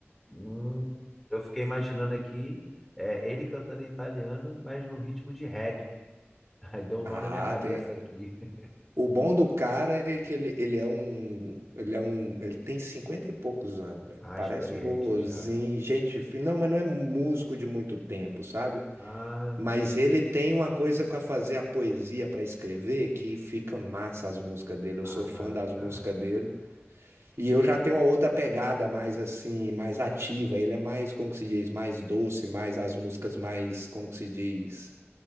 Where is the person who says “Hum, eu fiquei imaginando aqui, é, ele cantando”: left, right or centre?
Centre